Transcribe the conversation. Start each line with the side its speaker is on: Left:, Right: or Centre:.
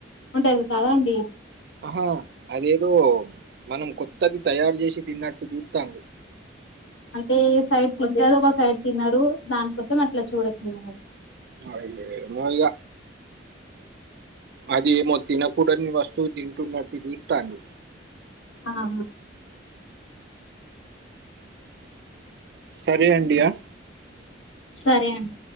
Left: ఉంటది కదా అండి
Right: ఆహా అదేదో మనం కొత్తది తయారు చేసి తిన్నట్టు చూతండ్లు
Left: అంటే సైడ్ తింటారు ఒక సైడ్ తిన్నారు దానికోసం అట్లా చూడేసిన్నారు
Right: అ ఏమో ఇగ అదేమో తినకూడని వస్తువు తింటున్నట్టు చూతన్లు
Left: ఆహా
Right: సరే అండి ఆ
Left: సరే అండి